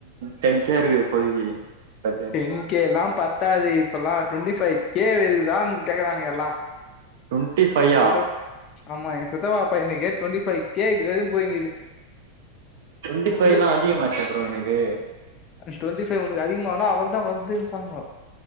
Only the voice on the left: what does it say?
டென் கே எல்லா பத்தாது இப்பல்லா டுவெண்டி ஃபைவ் கே இருக்குதான் கேக்குறானுங்க எல்லா
என் சித்தப் ஆமா என் சித்தப்பா பையனுக்கே ட்வெண்டி ஃபை கே எதுன்னு போயிங்குது
அவ
ட்வெண்ட்டி ஃபை உனக்கு அதிகமானா அவள்தா வர்து ப்பானுங்க